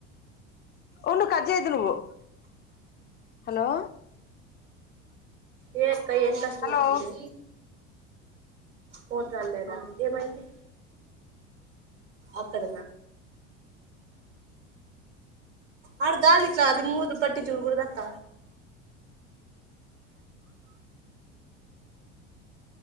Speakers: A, on the left (about 30°); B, on the right (about 80°).
A: ఉండు కట్ చేయద్దు నువ్వు హలో
B: ఏ ఇకా ఏం కష్టం
A: హలో
B: వచ్చింది పోటలేదా ఏమైంది అక్కడ ఆడ గాలి ఇట్లా అది మూరు పట్టి చూడుకూడ దక్క